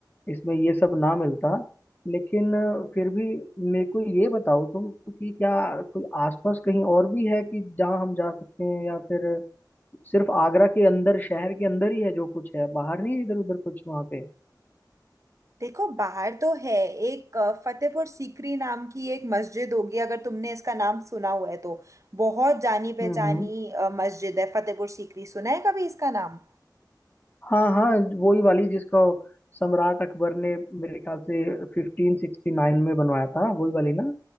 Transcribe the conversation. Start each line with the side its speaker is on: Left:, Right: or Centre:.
Left: इसमें ये सब ना मिलता लेकिन अ, फिर भी मेरे को ये बताओ तुम कि क्या कोई आसपास कहीं और भी है कि जहाँ हम जा सकते हैं या फिर सिर्फ आगरा के अंदर शहर के अंदर ही है जो कुछ है बाहर नहीं है इधर उधर कुछ वहां पे
Right: देखो बाहर तो है एक अ, फतेहपुर सीकरी नाम की एक मस्जिद होगी अगर तुमने इसका नाम सुना हुआ है तो बहुत जानी
Left: हम्म
Right: पहचानी
Left: हम्म
Right: अ, मस्जिद है फतेहपुर सीकरी सुना है कभी इसका नाम
Left: हाँ हाँ वही वाली जिसका सम्राट अकबर ने मेरे ख्याल से फिफ्टीन सिक्सटी नाइन में बनवाया था वही वाली ना